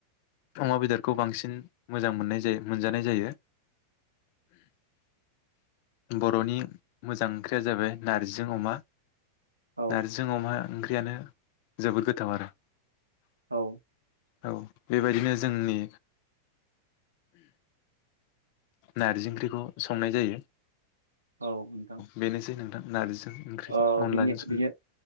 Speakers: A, on the left; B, on the right.
A: अमा बेदरखौ बांसिन मोजां मोननाय जायो मोनजानाय जायो। बर'नि मोजां ओंख्रिया जाबाय नारजिजों अमा
B: औ
A: नारजिजों अमा ओंख्रियानो जोबोद गोथाव आरो
B: औ
A: औ बेबायदिनो जोंनि नारजि ओंख्रिखौ संनाय जायो।
B: औ नोंथां
A: बेनोसै नोंथां नारजिजों ओंख्रिजों
B: ओ
A: अनलाजों
B: बिनि
A: सं
B: बिनि